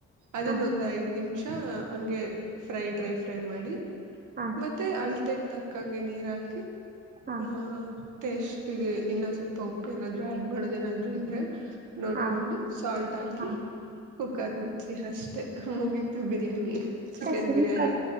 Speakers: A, on the right; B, on the right.
A: ಅದನ್ನ
B: ಹಾ
A: ಒಂದ ಐದ್ ನಿಮಿಷ. ಹ ಹಂಗೆ ಫ್ರೈ ಡ್ರೈ ಫ್ರೈ ಮಾಡಿ
B: ಹಾ
A: ಮತ್ತೆ ಅಳತೆ ತಕ್ ಕಂಗೆ ನೀರ್ ಹಾಕಿ
B: ಹಾ
A: ಹ. ಟೆಸ್ಟ್ಗೆ ಇನ್ನೊಂದ್ ಸ್ವಲ್ಪ ಉಪ್ಪು ಏನಾದ್ರು ಆಡ್ ಮಾಡೋದ ಏನಾದ್ರು ಇದ್ರೆ ನೋಡ್ಕೊಂಡು.
B: ಹಾ ಹಾ
A: ಸಾಲ್ಟ್ ಹಾಕಿ
B: ಹಾ
A: ಕುಕ್ಕರ್ ಮುಚ್ಚಿ ಅಷ್ಟೇ ಮುಗಿ ತು ಬಿರಿಯಾನಿ
B: ಮತ್ತೆ
A: ಚಿಕನ್
B: ಸಿಂಪಲ್
A: ಬಿರಿಯಾನಿ.